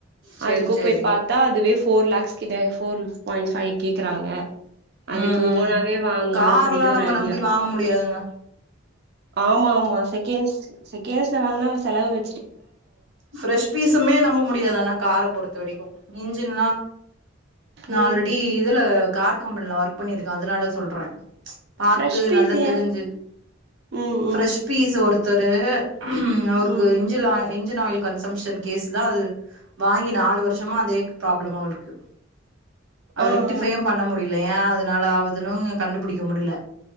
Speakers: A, on the right; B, on the right.
A: செரி
B: அதுக்கோ
A: செரி
B: போய் பாத்தா அதுவே ஃபோர் லாக்ஸ் கித ஃபோர் ஸ் பாய்ண்ட் ஃபை கேக்குறாங்க அதுக்கு
A: உ உ
B: ஓனாவே வாங்கலான்னு
A: கார்லா
B: சொல்லிட்டு
A: நம்ம
B: ஒரு ஐடியா
A: நம்பி வாங்க முடியாதுங் க
B: ஆமா ஆமா செகெண்ட்ஸ் செகண்ட்ஸ்ல வாங்கினா ஒரு செலவு வ
A: ஃப்ரெஷ் பீசுமே நம்ப முடியாதுனா கார பொறுத்த வரைக்கு இன்ஜின்னா நாள்ரடி
B: ம்
A: இதுல கார் கம்பெனில ஒர்க் பண்ணிருக்கே அதனால சொல்றே பாத்து
B: ஃப்ரெஷ் பீஸ்
A: நல்லா
B: ஏ
A: தெரிஞ்சு
B: ம்
A: ஃப்ரெஷ்
B: ம்
A: பீஸ் ஒருத் தரு உ அவருக்கு
B: ம்
A: இஞ்சிலாய் இஞ்சின் ஆயில் கன்சம்ஷன் கேஸ் தா அது வாங்கி நாலு வருஷமா அதே ப்ராப்ளம் அவளுக்கு அது
B: ஆ ஆ
A: ரெக்டிஃபேயே பண்ண முடியு இல்லயா அதனால ஆவுதுனு கண்டுபிடிக்க முடில